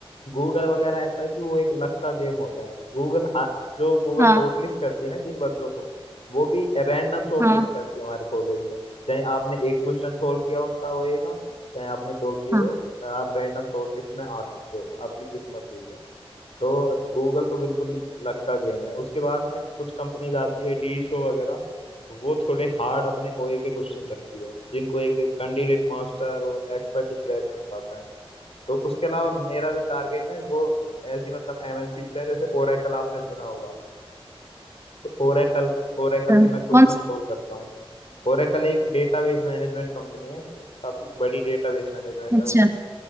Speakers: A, on the left; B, on the right.
A: गूगल वगैरह ऐसा है कि वो एक लक का गेम होता है गूगल हा जो गूगल
B: हाँ
A: शॉर्टलिस्ट करती है ना जिन बच्चों को वो भी रैंडम शॉर्टलिस्ट
B: हाँ
A: करती है हमारे कॉलेज में चाहे आपने एक क्वेश्चन सोल्व किया हो उनका होएगा चाहे आपने दो किए
B: हाँ
A: हो आप रैंडम शॉर्टलिस्ट में आ सकते हो आपकी किस्मत हुई तो। तो गूगल तो बिल्कुल ही लक का गेम है उसके बाद में कुछ कंपनीज आती है डी शो वगैरह वो थोड़े हार्ड अपने ओए के क्वेश्चन रखती है जिनको एक कैंडिडेट मास्टर और एक्सपर्ट ही क्रैक कर पाता है तो उसके अलावा मेरा जो टारगेट है वो ऐसी मतलब एमएनसी पे है जैसे ओरेकल आपने सुना होगा तो ओरेकल ओरेकल
B: अच्छा।
A: के मैं क्वेश्चन
B: कौन सी
A: सोल्व करता हूँ ओरेकल एक डेटाबेस मैनेजमेंट कंपनी है जो काफी बड़ी डेटाबेस मैनेजमेंट
B: अच्छा
A: है